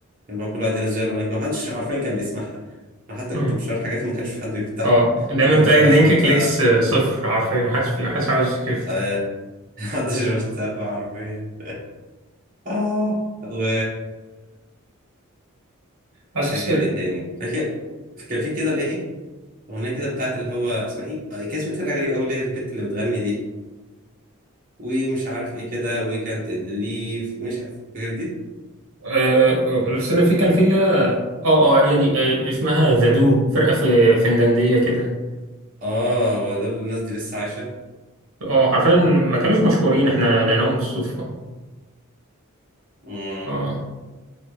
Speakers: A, on the right; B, on the right.
A: اللي هو كل واحد ينزل اغنيه محدش عارفين كان بيسمعها انا حتى
B: مم.
A: كنت بشير حاجات ما كانش في حد بيفتحها
B: اه دايما
A: كنت بشيرها
B: تلاقي اللينك
A: عشان ابقى
B: كليكس صفر حرفيا محدش محدش عاوز يفتح
A: آه، <laughs> محدش متابع عربية اه و
B: حاسس
A: فاكر ايه تاني فاكر كان في كده اللي هي ايه اغنية كده بتاعت اللي هو اسمها ايه آه، كان اسم فرقة غريبة قوي اللي هي البت اللي بتغني دي ومش عارف ايه كده وي كانت ليف مش عارف غير دي
B: آه، بس انا في كان في اللي هي- اه اه هي دي آه، اسمها ذا دو فرقه في فنلنديه كده
A: اه ودول الناس دي لسه عايشة
B: اه حرفيا ما كانوش مشهورين احنا لقيناهم بالصدفه
A: مم.
B: اه